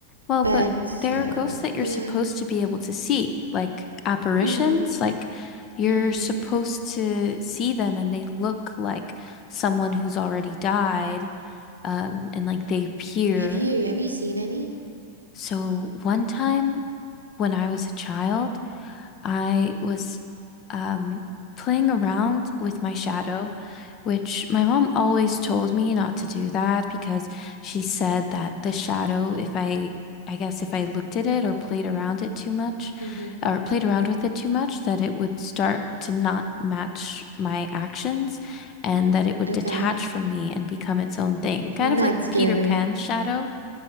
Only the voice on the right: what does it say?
But
uh
yeah.
Mhm.
Mhm.
Have you have you seen any?
Mhm.
Okay.
<laughs>
That's
scary.